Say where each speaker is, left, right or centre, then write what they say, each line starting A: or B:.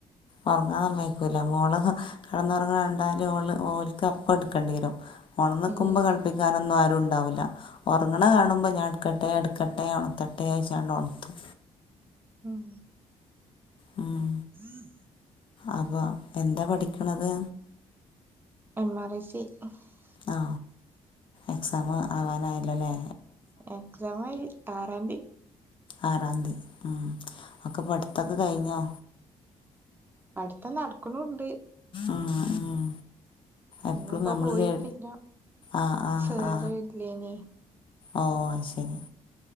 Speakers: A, on the left (about 45°); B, on the right (about 15°).
A: ഒറങ്ങാൻ സമ്മയ്ക്കൂല, മോള് കടന്നുറങ്ങണണ്ടാല് ഓള് ഓല്ക്ക് അപ്പട്ക്കണ്ടി വരും ഓണന്ന് നിക്കുമ്പോ
B: ഉം
A: കളിപ്പിക്കാനൊന്നും ആരും ഉണ്ടാവുല്ല, ഒറങ്ങണ കാണുമ്പോ
B: ഉം
A: ഞാൻ എടക്ക എടുക്കട്ടെ ഉണത്തട്ടെച്ചാണ്ട് ഉണത്തും
B: ഉം
A: ഉം
B: മം
A: അപ്പൊ എന്താ പഠിക്കണത്
B: <unintelligible>
A: ആ എക്സാം ആവാനായല്ലോല്ലേ?
B: എക്സാം ആയി, ആറാംതി
A: ആറാംതീ ഹും ഒക്കെ പടുത്തൊക്കെ കഴിഞ്ഞോ?
B: അടുത്ത നടക്കണണ്ട്
A: ഉം ഉം എപ്പളും
B: ഇന്ന ഇപ്പ
A: നമ്മള്
B: പോയിട്ടില്ല
A: ലേ ആ ആ
B: സേറെ
A: ആ
B: ഇല്ലേ നി
A: ഓ ശരി